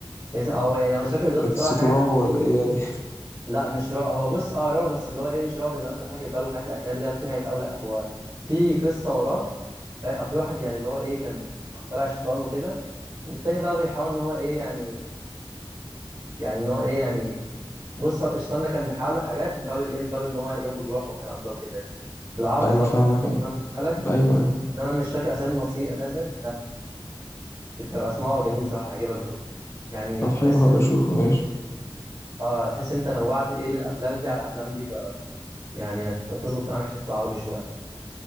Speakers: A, on the right (about 40°); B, on the left (about 30°).
A: اسم- هو يعني هو مش فاكر بالظبط
B: ده
A: بس
B: قصة
A: هو حاجه
B: الرعب ولا ايه دي
A: لا مش رعب هو بص اه رعب بس اللي هو ايه مش رعب زي ما انت فاكر بقى الحاجات الاجنبي اللي هي بترعب او لا هو في قصه وراه ف- آه، في واحد يعني اللي هو ايه كان كان طالع شيطان وكده والتاني بقى بيحاول ان هو ايه يعني يعني ان هو ايه يعني بص الشيطان ده كان بيحاول له حاجات مقابل ايه مقابل ان هو يقبض روحه والكلام ده وكده يعني بالعربي
B: ايوه
A: طبعا
B: فاهمك اه
A: امشي حالك
B: ايوه أيوة.
A: ان انا مش فاكر اسامي الممثلين اساسا فكنت بقى اسمعه جميل صراحه هيعجبك برضه يعني
B: طب
A: تحس
B: حلو هبقى
A: انت
B: اشوفه ماشي
A: اه تحس انت نوعت ايه من الافلام دي على الافلام دي ف يعني هت- هتظبط معاك الحته العربي شويه